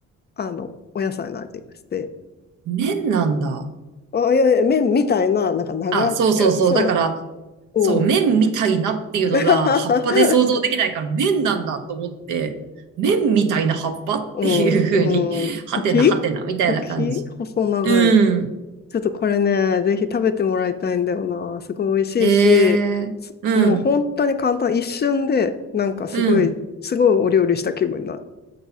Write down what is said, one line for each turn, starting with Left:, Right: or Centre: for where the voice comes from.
Left: あのお野菜の味がして。
Right: 面なんだ。
Left: あ、いやいや、麺みたいな、なんか長くて、
Right: あ、そうそうそう。
Left: そ
Right: だから、
Left: う、
Right: そう、
Left: おう。
Right: 麺みたいなっていうのが葉っぱで想像できないから麺なんだと思って、
Left: <laughs>
Right: 麺みたいな葉っぱっていう風に、
Left: うん、
Right: <laughs>
Left: うん、
Right: はてなはてなみたいな感じ。
Left: 茎茎細長い
Right: うん。
Left: ちょっとこれね、ぜひ食べてもらいたいんだよな。すごい美味しいし、
Right: へえ、
Left: すもう本当に簡単、
Right: うん、
Left: 一瞬で、なんかすごい、
Right: うん。
Left: すごいお料理した気分になる。